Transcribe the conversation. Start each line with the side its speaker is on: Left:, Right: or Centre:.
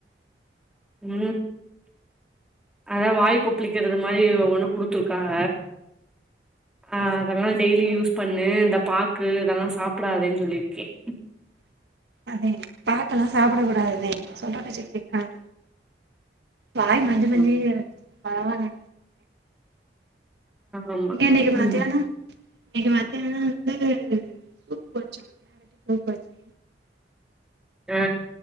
Centre: உம் அத வாய் கொப்பளிக்கிறது மாரி ஒண்ணு ஒண்ணு குடுத்துருக்காங்க ஆ அதெல்லாம் டெய்லி யூஸ் பண்ணு இந்த பாக்கு இதெல்லாம் சாப்பிடதுேன்னு சொல்லியிருக்கேன்
Right: அதே பாக்கலாம் சாப்பிட கூடாது சொல்ற பேச்சு கேக்குறான வாய் மஞ்ச மஞ்சேனுயிருக்கு
Centre: ஆ
Right: பரவலா
Centre: ஆமா
Right: இன்னைக்கு மத்யானம்
Centre: ம்
Right: இன்னைக்கு மத்தியானம் வந்து சூப்பு வச்ச கேரட்ட சூப்பு வச்சங்க
Centre: ஆ